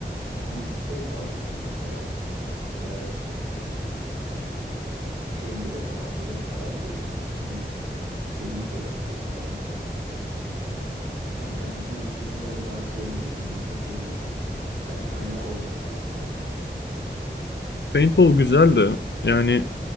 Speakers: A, on the right; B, on the left.
A: müthiş zevk almıştım mesela. Ee, şeyleri de tabancaları falan da iyiydi. İyi seri fırlatıyordu falan. Hem acıtma noktasında da daha şey olduğu için yumuşak olduğu için ben hala orada kaldım abi.
B: Paintball güzel de yani